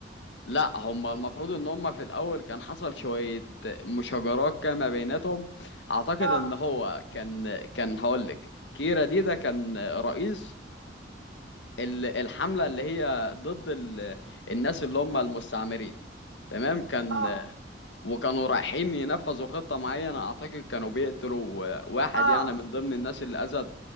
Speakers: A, on the left; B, on the right.
A: لا هم المفروض ان هم في الاول كان حصل شوية مشاجرات كده ما بيناتهم اعتقد
B: اه
A: ان هو كان كان هقولك كيرا دي ده كان رئيس ال- الحملة اللي هي ضد ال... الناس اللي هم المستعمرين تمام كان
B: اه
A: وكانوا رايحين ينفذوا خطة معينة اعتقد كانوا بيقتلوا واحد
B: اه
A: يعني من ضمن الناس اللي اذت